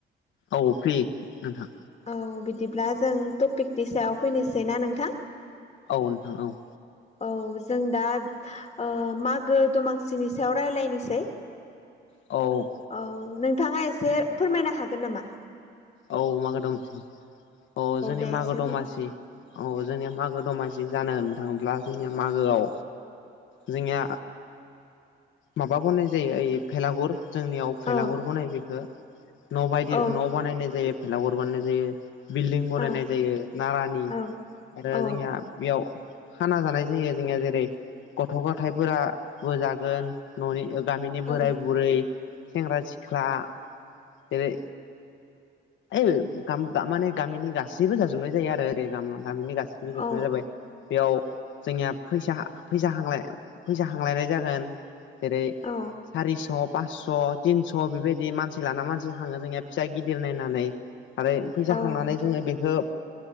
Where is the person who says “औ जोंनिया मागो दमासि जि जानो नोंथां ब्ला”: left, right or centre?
Left